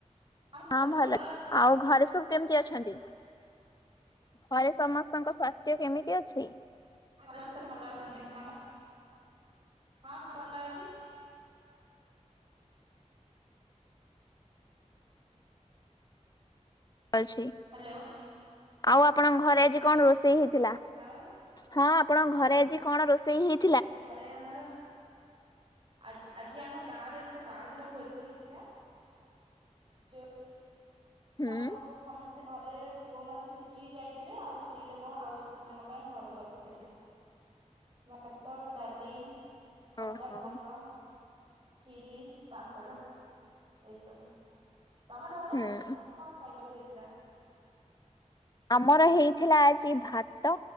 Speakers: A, on the right; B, on the left.
A: ମୁଁ
B: ହଁ
A: ବହୁତ
B: ଭଲ
A: ଭଲରେ ଅଛି
B: ଆଉ ଘରେ ସବୁ? କେମିତି ଅଛନ୍ତି ଘରେ ସମସ୍ତଙ୍କ ସ୍ୱାସ୍ଥ୍ୟ କେମିତି ଅଛି?
A: ସମସ୍ତେ ଭଲ ଅଛନ୍ତି ତମ ହଁ ସ ଭଲ ଅଛି।
B: ଅଛି
A: ହ୍ୟାଲୋ
B: ଆଉ ଆପଣଙ୍କ ଘରେ ଆଜି
A: ହଁ
B: କଣ ରୋଷେଇ ହେଇଥିଲା
A: ଆଉ
B: ହଁ? ଆପଣଙ୍କ ଘରେ ଆଜି କଣ ରୋଷେଇ ହେଇ
A: ଆ ଘରେ ଆମର ଆଜି ଆଜି ଆମ ଗାଁ ରେ ଗୋଟେ ବାହାଘର ଭୋଜି ହେଇଥିଲା ଯଉ
B: ହୁଁ
A: ଆମେ ସବୁ ସମ ସେ ଘରେରେ ପୁଅ ମାନେ ସେଠିକି ଯାଇଥିଲେ ଆଉ ସ୍ତ୍ରୀ ଲୋକ ଆଉ ଝିଅ ପିଲାଙ୍କ ପାଇଁ ଘରକୁ ଆସିଥିଲା। ଭାତ ଡାଲି ଖଟା
B: ଓହୋ
A: ଘାଣ୍ଟ କ୍ଷୀରି। ପାମ୍ପଡ଼ ଏଇ ସବୁ। ତମର ଘରେ
B: ହୁଁ
A: ଆଜି କଣ ଖାଇବାକୁ ହେଇଥିଲା?
B: ଆମର ହେଇଥିଲା ଆଜି ଭାତ।